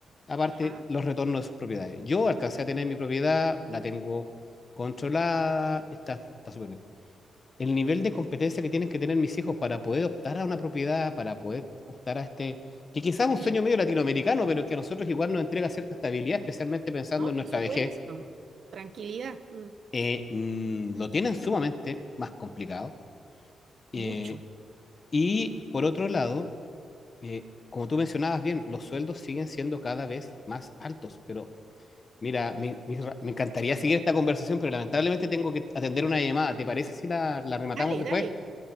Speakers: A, on the left; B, on the right.
A: aparte
B: Ajá,
A: los retornos de sus propiedades. Yo alcancé a tener mi propiedad, la tengo controlada, está, está súper bien. El nivel de competencia que tienen que tener mis hijos para poder optar a una propiedad, para poder optar a este, que quizás es un
B: sí.
A: sueño medio latinoamericano, pero que a nosotros igual nos entrega cierta estabilidad, especialmente pensando
B: No,
A: en
B: por
A: nuestra
B: supuesto.
A: vejez,
B: Tranquilidad, mm,
A: eh, mm, lo tienen sumamente más complicado. Eh,
B: mucho.
A: y por otro lado, eh, como tú mencionabas bien, los sueldos siguen siendo cada vez más altos, pero Mira, mi- mi- me encantaría seguir esta conversación, pero lamentablemente tengo que atender una llamada. ¿Te parece si la, la rematamos
B: Dale,
A: después?
B: dale.